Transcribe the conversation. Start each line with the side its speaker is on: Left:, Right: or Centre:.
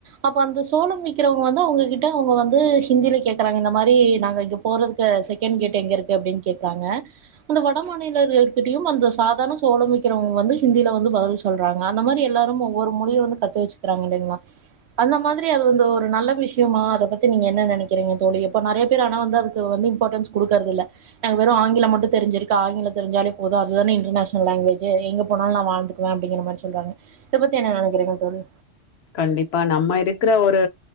Right: அப்ப அந்த சோளம் விக்கிறவங்க வந்து அவுங்ககிட்ட அவுங்க வந்து ஹிந்தில கேக்குறாங்க இந்த மாரி நாங்க இங்க போறதுக்கு செகண்ட் கேட் எங்க இருக்கு அப்டின்னு கேக்குறாங்க அந்த வட மாநில இருக்கிட்டயு அந்த சாதாரண சோள விக்கிறவங்க வந்து ஹிந்தியில வந்து பதில் சொல்றாங்க அந்த மாரி எல்லாரு ஒவ்வொரு மொழியும் வந்து கத்து வச்சுக்கிறாங்க இல்லிங்கா அந்த மாதிரி அது வந்து ஒரு நல்ல விஷ்யமா அத பத்தி நீங்க என்ன நெனைக்கிறீங்க தோழி இப்போ நெறைய பேர் ஆனா வந்து அதுக்கு வந்து இம்பார்ட்டன்ஸ் குடுக்குறது இல்ல நாங்க வெறு ஆங்கில மட்டு தெரிஞ்சிருக்கு ஆங்கில தெரிஞ்சாலே போது அதுதானே இன்டர்நேஷனல் லாங்குவேஜ் எங்க போனாலு நா வாழ்ந்துக்குவே அப்டிங்கிற மாரி சொல்றாங்க இத பத்தி என்ன நெனைக்கிறிங்க தோழி
Left: கண்டிப்பா நம்ம இருக்குற ஒரு